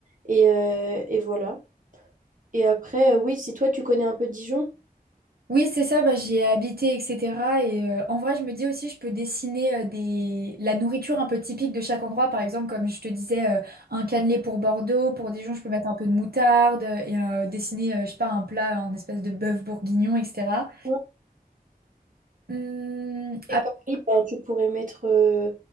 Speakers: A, on the right; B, on the right.
A: Et, euh, et voilà. Et après, euh, oui, si toi, tu connais un peu Dijon.
B: Oui, c'est ça, bah, j'y ai habité, etc. Et euh, en vrai, je me dis aussi, je peux dessiner euh, des... la nourriture un peu typique de chaque endroit. Par exemple, comme je te disais, euh, un cannelé pour Bordeaux, pour Dijon, je peux mettre un peu de moutarde euh, et euh, dessiner, euh, je sais pas, un plat, un espèce de bœuf bourguignon, etc.
A: Ouais.
B: Hum,
A: Et pareil, bah, tu pourrais mettre. euh,